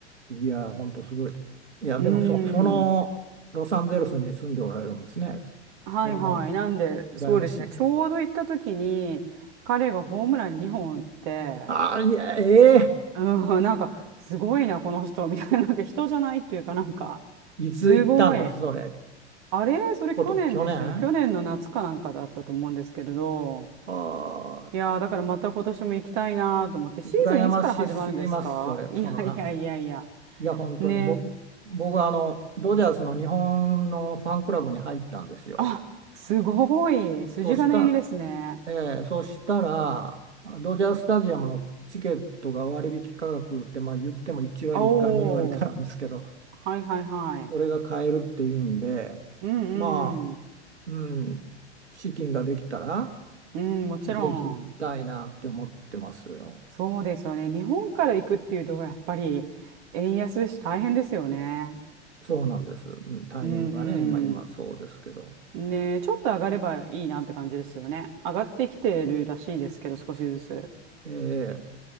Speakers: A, on the right; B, on the right.
A: いやー、ほんとすごい。いや、
B: うーん。
A: でもそ、そのロサンゼルスに住んでおられるんですね。
B: はいはい。
A: それも
B: なんで、
A: 羨ましい。
B: そうですね。ちょうど行った時に、彼がホームラン2本打って、
A: ああ、いや、ええ
B: うん、なんか、すごいな、この人、みたいな、なんか人じゃないっていうかなんか、
A: <laughs> いつ行ったんです、
B: すごい。
A: それ。
B: あれそれ去年でしたよ。
A: こと、去年は
B: 去年の夏かなんかだったと思うんですけれど。
A: あ、
B: いやー、だからまた今年も行きたいなと思って、シーズンいつから始まるんですか
A: 羨ましすぎます、それ、
B: <laughs> いやいやいやいや。
A: その話。いや、本当に僕、
B: ね。
A: 僕はあの、ドジャースの日本のファンクラブに入ったんですよ。
B: あ、すごい。筋金入りですね。
A: そうしたえーそしたら、ドジャースタジアムのチケットが割引価格って、まあ、言っても1割か2割かなんですけど、
B: おー。はいはいはい。
A: それが買えるっていうんで、
B: うんうん。
A: まあ、うん、資金ができたら、
B: うん、もちろん。
A: ぜひ行きたいなって思ってますよ。
B: そうですよね。日本から行くっていうと、やっぱり円安ですし、大変ですよね。
A: そうなんです。うんタイミングがね、
B: うん、
A: 今、今そうですけど、
B: ねえ、ちょっと上がればいいなって感じですよね。上がってきてるらしいですけど、少しずつ。
A: えー